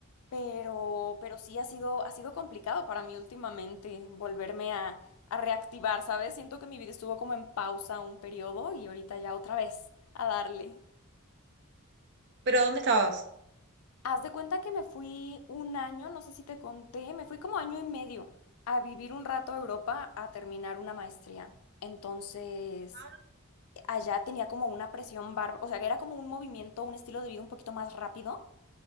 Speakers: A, on the left; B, on the right.
A: pero, pero sí ha sido, ha sido complicado para mí últimamente volverme a, a reactivar, ¿sabes? Siento que mi vida estuvo como en pausa un periodo y ahorita ya otra vez a darle.
B: ¿Pero dónde estabas?
A: Haz de cuenta que me fui un año, no sé si te conté, me fui como año y medio a vivir un rato a Europa a terminar una maestría. Entonces,
B: Ah,
A: allá tenía como una presión barba, o sea, que era como un movimiento, un estilo de vida un poquito más rápido